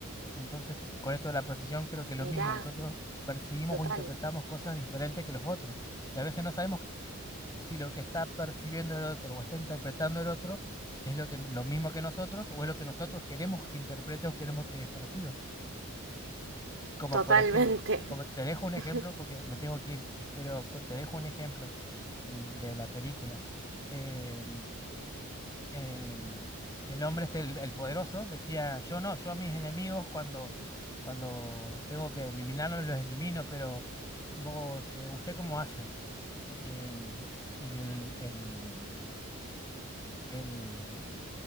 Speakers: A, on the left; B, on the right.
A: Entonces, eh, con esto de la percepción creo que es lo
B: Mirá,
A: mismo, nosotros percibimos
B: total.
A: o interpretamos cosas diferentes que los otros, y a veces no sabemos si lo que está percibiendo el otro o está interpretando el otro es lo que, lo mismo que nosotros o es lo que nosotros queremos que interprete o queremos que perciba. Como
B: Totalmente.
A: por ejemplo, como te dejo un ejemplo
B: <laughs>
A: porque me tengo que ir, pero co- te dejo un ejemplo mm, de la película. Eh, eh, el hombre este, el, el poderoso, decía, yo no, yo a mis enemigos cuando, cuando tengo que eliminarlos, los elimino, pero vos, eh, ¿usted cómo hace? Em, y el, el, el